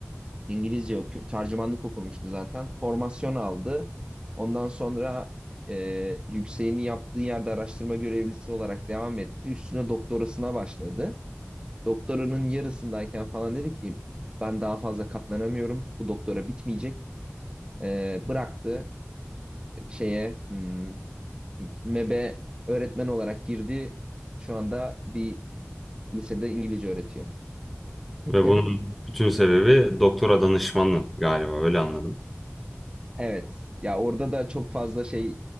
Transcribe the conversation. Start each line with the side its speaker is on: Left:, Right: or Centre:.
Right: İngilizce okuyor. Tercümanlık okumuştu zaten. Formasyon aldı. Ondan sonra e, yükseğini yaptığı yerde araştırma görevlisi olarak devam etti. Üstüne doktorasına başladı. Doktoranın yarısındayken falan dedi ki ben daha fazla katlanamıyorum. Bu doktora bitmeyecek. E, bıraktı şeye hmm, MEB'e öğretmen olarak girdi. Şu anda bir lisede İngilizce öğretiyor. <laughs>
Centre: Ve bunun bütün sebebi doktora danışmanı galiba öyle anladım
Right: Evet. Ya orada da çok fazla şey